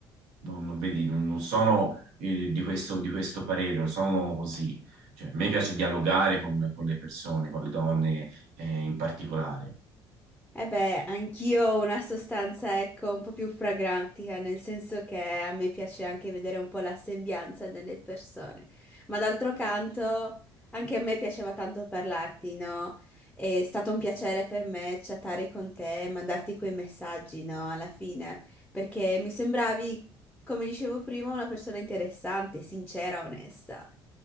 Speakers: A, on the right; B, in the centre.
A: non, non- vedi, non, non sono, eh, di questo, di questo parere, non sono un uomo così. Cioè, a me piace dialogare con con le persone, con le donne eh, in particolare.
B: Eh beh, anch'io ho una sostanza, ecco, un po' più pragmatica, nel senso che a me piace anche vedere un po' la sembianza delle persone. Ma d'altro canto, anche a me piaceva tanto parlarti, no? È stato un piacere per me chattare con te, mandarti quei messaggi, no? Alla fine, perché mi sembravi, come dicevo prima, una persona interessante, sincera, onesta.